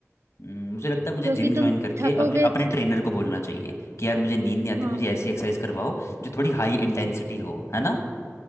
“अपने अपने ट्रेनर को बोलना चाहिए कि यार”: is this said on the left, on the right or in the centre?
Left